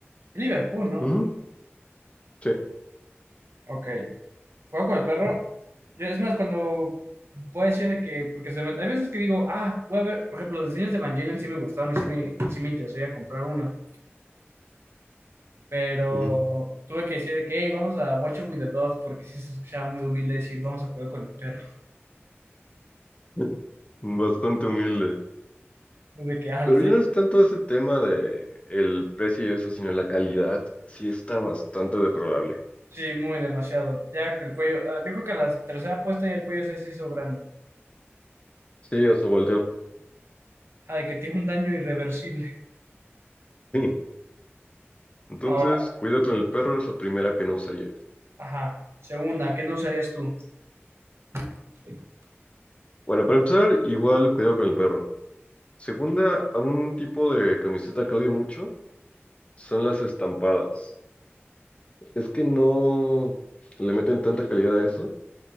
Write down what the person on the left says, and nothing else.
Ujú, sí,
ujú.
<laughs> Bastante humilde.
Pero
ya
no es tanto ese tema de el precio y eso, sino la calidad. Sí está bastante deplorable.
Sí, o se volteó.
Sí. Entonces,
cuidado con el perro es la primera que no usaría.
Bueno, para empezar, igual cuidado con el perro. Segunda, a un tipo de camiseta que odio mucho son las estampadas. Es que no le meten tanta calidad a eso,